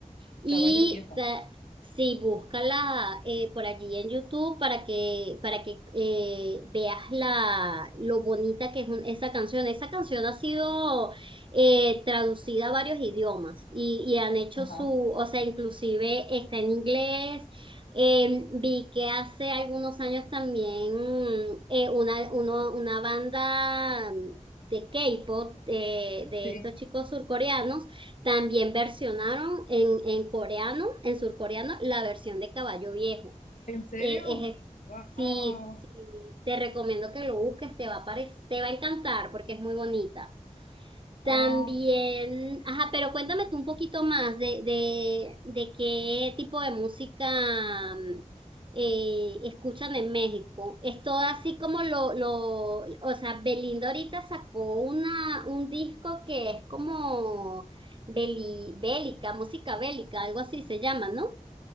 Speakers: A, on the right; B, on the left.
A: Y
B: Caballo viejo.
A: ta- sí, búscala eh, por allí en YouTube para que, para que eh, veas la, lo bonita que es un- esa canción. Esa canción ha sido eh, traducida a varios idiomas y, y han hecho
B: Ajá.
A: su, o sea, inclusive está en inglés. Eh, vi que hace algunos años también mm, eh, una, uno- una banda de K-pop, de de
B: Sí.
A: estos chicos surcoreanos, también versionaron en, en coreano, en surcoreano, la versión de Caballo Viejo.
B: ¿En serio?
A: Eh, es-
B: Wow.
A: sí, sí, te recomiendo que lo busques, te va a parec- te va a encantar porque es muy bonita. También,
B: Ah,
A: ajá, pero cuéntame tú un poquito más de, de, de qué tipo de música mm, eh, escuchan en México. Es todo así como lo, lo, o sea, Belinda ahorita sacó una, un disco que es como beli- bélica, música bélica, algo así se llama, ¿no?